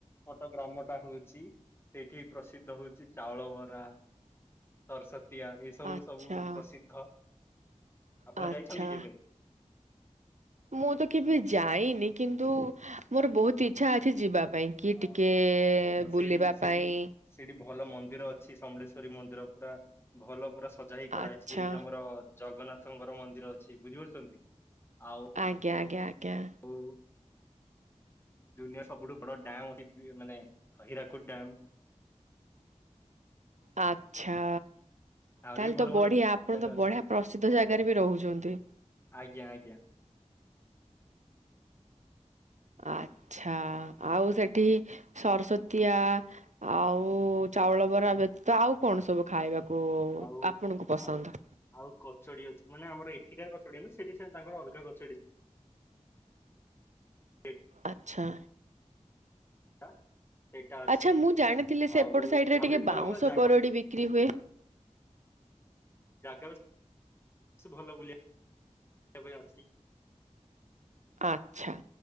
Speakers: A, on the left; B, on the right.
A: ପଟ ଗ୍ରାମ ଟା ହଉଛି ସେଇଠି ପ୍ରସିଦ୍ଧ ହଉଛି ଚାଉଳ ବରା ସରସ୍ତିଆ ଏ ସବୁ
B: ଆଚ୍ଛା
A: ସବୁ ପ୍ରସିଦ୍ଧ ଆପଣ
B: ଆଚ୍ଛା
A: ଯାଇଛନ୍ତି କେବେ?
B: ମୁଁ ତ କେବେ ଯାଇନି କିନ୍ତୁ ମୋର ବହୁତ ଇଚ୍ଛା ଅଛି ଯିବା ପାଇଁ। କି
A: ହଁ
B: ଟିକେ
A: ଅ ସେଇଠି
B: ବୁଲିବା
A: ସେଇଠି
B: ପାଇଁ।
A: ସେଇଠି ଭଲ ମନ୍ଦିର ଅଛି ସମଲେଶ୍ୱରୀ ମନ୍ଦିର ପୁରା ଭଲ ପୁରା ସଜା ହେଇ କରାହେଇଛି
B: ଆଚ୍ଛା
A: ଯେମିତି ଆମର ଜଗନ୍ନାଥଙ୍କର ମନ୍ଦିର ଅଛି ବୁଝିପାରୁଛନ୍ତି ଆଉ
B: ଆଜ୍ଞା ଆଜ୍ଞା ଆଜ୍ଞା।
A: ଉ ଦୁନିଆ ସବୁଠୁ ବଡ ଡ୍ୟାମ ଅଛି ମାନେ ହିରାକୁଦ ଡ୍ୟାମ୍।
B: ଆଛା
A: ଆହୁରି
B: ତାହେଲେ
A: ବି ଭଲ
B: ତ ବଢିଆ
A: ଭଲ
B: ଆପଣ
A: ଜାଗା
B: ତ
A: ଅଛି
B: ବଢିଆ ପ୍ରସିଦ୍ଧ ଜାଗାରେ ବି ରହୁଛନ୍ତି।
A: ଆଜ୍ଞା ଆଜ୍ଞା।
B: ଆଚ୍ଛା ଆଉ ସେଠି ସରସତୀଆ ଆଉ ଚାଉଳ ବରା ବ୍ୟତୀତ ଆଉ କଣ ସବୁ ଖାଇବାକୁ
A: ଆଉ
B: ଆପଣଙ୍କୁ ପସନ୍ଦ?
A: ଆଉ ଆଉ କଚୋଡି ଅଛି ମାନେ ଆମର ଏଠିକାର କଚୋଡି ନୁହ ସେଠି ସେ ତାଙ୍କର ଅଲଗା କଚୋଡି ଏ
B: ଆଚ୍ଛା।
A: ଆ ସେଇଟା ଅଛି
B: ଆଚ୍ଛା ମୁଁ ଜାଣିଥିଲି ସେପଟ
A: ଆଉ
B: ସାଇଡ ରେ ଟିକେ
A: ଆହୁରି ଭଲ
B: ବାଉଁଶ
A: ଭଲ ଜାଗା
B: କରଡି
A: ବି
B: ବିକ୍ରି ହୁଏ।
A: ହୁଁ। ଜାଗା ବି ସେ ଭଲ ବୁଲିବା ପାଇଁ ଅଛି।
B: ଆଚ୍ଛା।